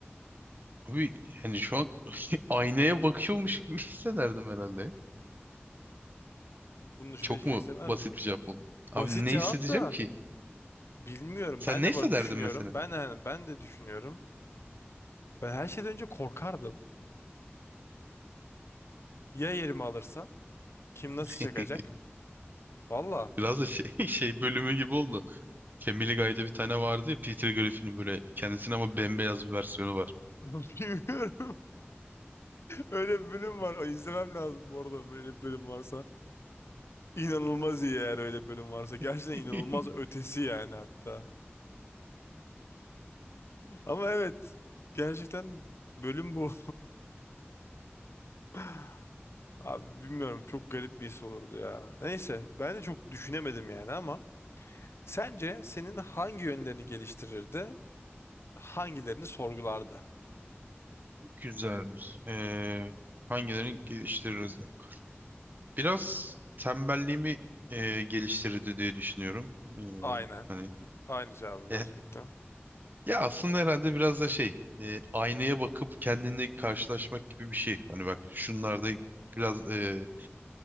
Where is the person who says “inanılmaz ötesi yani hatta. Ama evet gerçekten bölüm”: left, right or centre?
Left